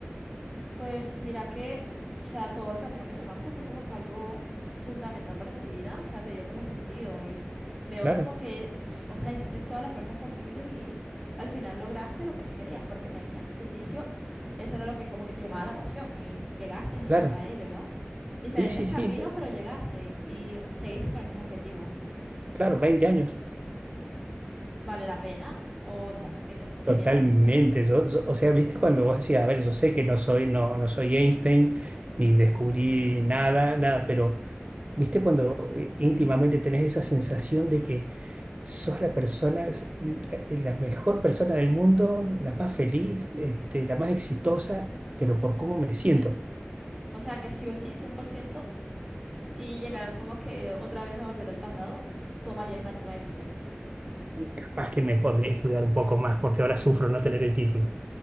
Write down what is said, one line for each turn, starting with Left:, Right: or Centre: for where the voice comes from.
Centre: Pues mira que, o sea, todo el camino que tomaste fue como que algo fundamental para tu vida, o sea, te dio como sentido y veo
Right: Claro,
Centre: como que, s- o sea, hiciste todas las fuerzas posibles y al final lograste lo que sí querías, porque me decías que al inicio eso era lo que como que te llamaba la pasión y llegaste a,
Right: claro.
Centre: a ello, ¿no? Diferentes
Right: Sí, sí,
Centre: caminos,
Right: sí, sí.
Centre: pero llegaste y seguiste con el mismo objetivo.
Right: Claro, 20 años.
Centre: ¿Vale la pena o no? ¿Qué te, qué
Right: Totalmente.
Centre: piensas acerca de?
Right: Yo, yo- o sea, viste cuando vos decías, a ver, yo sé que no soy, no, no soy Einstein, ni descubrí nada, nada, pero viste cuando eh, íntimamente tenés esa sensación de que sos la persona, es- la, eh, la mejor persona del mundo, la más feliz, este, la más exitosa, pero por cómo me siento.
Centre: O sea, que sí o sí, 100%. Si llegaras como que otra vez a volver al pasado, tomarías la misma decisión.
Right: Capaz que me podría estudiar un poco más, porque ahora sufro no tener el título